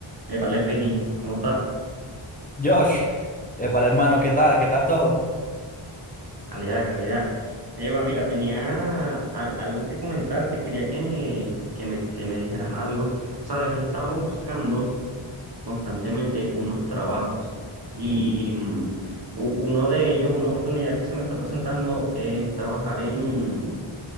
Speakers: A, on the right (about 50°); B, on the left (about 20°).
A: Vale, Ricky, ¿cómo estás?
B: Josh, vale hermano, ¿qué tal? ¿Qué tal todo?
A: Calidad, calidad. Eva, mira, tenía al- algo que comentarte, quería que, que me, que me dijeras algo. Sabes, he estado buscando constantemente unos trabajos y mm, u- uno de ellos, una oportunidad que se me está presentando es trabajar en